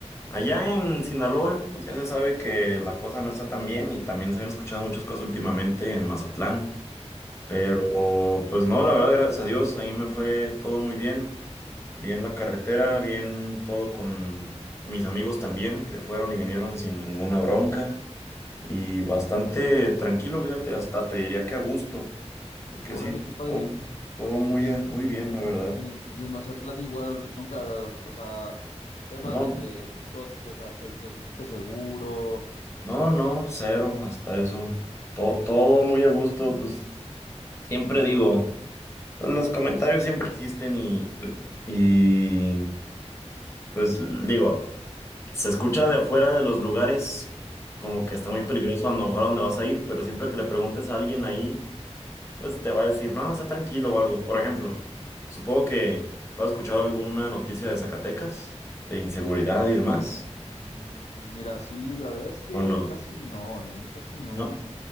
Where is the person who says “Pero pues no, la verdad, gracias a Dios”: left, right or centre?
Left